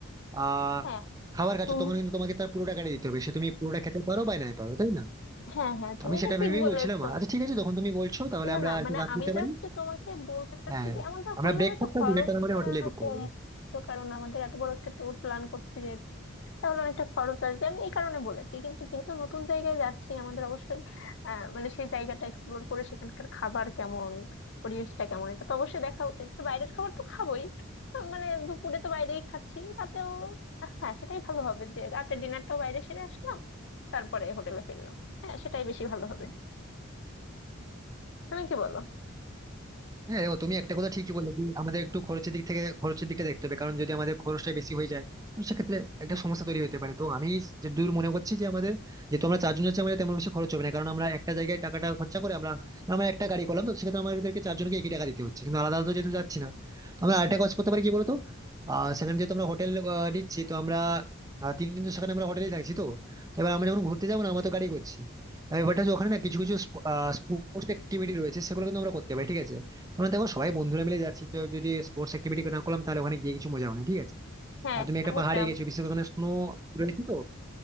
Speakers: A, on the right; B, on the left.
A: আহ
B: হ্যাঁ
A: খাবার খাচ্ছ
B: তুমি
A: তখন কিন্তু তোমাকে তার পুরো টাকাটা দিতে হবে সে তুমি পুরোটা খেতে পারো বা নাই পারো তাই না
B: হ্যাঁ হ্যাঁ
A: তো
B: তুমি
A: আমি
B: এটা
A: সেটা
B: ঠিক
A: ভেবেই
B: বলেছো
A: বলছিলাম আচ্ছা ঠিক আছে যখন তুমি বলছো তাহলে
B: না
A: আমরা
B: না
A: একটা
B: মানে
A: কাজ
B: আমি
A: করতে
B: জাস্ট
A: পারি
B: তোমাকে বলতে চাচ্ছি
A: হ্যাঁ
B: যে এমনটা
A: আমরা
B: হলে
A: ব্রেকফাস্টটা
B: হয়তো খরচটা
A: ডিনারটা মানে হোটেলে বুক
B: কম
A: করবো
B: আসতো কারণ আমাদের এত বড় একটা ট্যুর প্ল্যান করছি যেহেতু তাহলে অনেকটা খরচ আসবে আমি এই কারণে বলেছি কিন্তু যেহেতু নতুন জায়গায় যাচ্ছি আমাদের অবশ্যই আহ মানে সেই জায়গাটা এক্সপ্লোর করে সেখানকার খাবার কেমন পরিবেশটা কেমন এটা তো অবশ্যই দেখা উচিত তো বাইরের খাবার তো খাবোই আহ, মানে দুপুরে তো বাইরেই খাচ্ছি রাতেও আহ, হ্যাঁ সেটাই ভালো হবে যে রাতে ডিনারটাও বাইরে সেরে আসলাম তারপরে হোটেলে ফিরলাম হ্যাঁ সেটাই বেশি ভালো হবে তুমি কি বলো
A: হ্যাঁ দেখো তুমি একটা কথা ঠিকই বলেছি আমাদের একটু খরচের দিক থেকে খরচের দিকটা দেখতে হবে কারণ যদি আমাদের খরচটা বেশি হয়ে যায় তো সেক্ষেত্রে একটা সমস্যা তৈরি হতে পারে তো আমি যে দূর মনে করছি যে আমাদের যেহেতু আমরা চারজন যাচ্ছি আমাদের তেমন বেশি খরচ হবে না কারণ আমরা একটা জায়গায় টাকাটা খরচা করে আমরা আমরা একটা গাড়ি করলাম তো সেক্ষেত্রে আমাদেরকে চারজনকে একই টাকা দিতে হচ্ছে কিন্তু আলাদা আলাদা তো যেহেতু যাচ্ছি না তো আমরা আরেকটা কাজ করতে পারি কি বলতো আহ সেখানে যেহেতু আমরা হোটেল নিচ্ছি তো আমরা আহ, তিন দিন তো সেখানে আমরা হোটেলেই থাকছি তো তো এবার আমরা যখন ঘুরতে যাবো না আমরা তো গাড়ি করছি এবার ব্যাপারটা হচ্ছে ওখানে না কিছু কিছু স্পোর্টস অ্যাক্টিভিটি রয়েছে সেগুলো কিন্তু আমরা করতে পারি ঠিক আছে তোমার দেখো সবাই বন্ধুরা মিলে যাচ্ছি তো যদি স্পোর্টস অ্যাক্টিভিটি না করলাম তাহলে ওখানে গিয়ে কিছু মজা হবে না ঠিক আছে
B: হ্যাঁ
A: আর তুমি
B: হ্যাঁ
A: একটা
B: অবশ্যই
A: পাহাড়ে
B: আমরা
A: গেছো বিশেষ করে ওখানে স্নো রয়েছে তো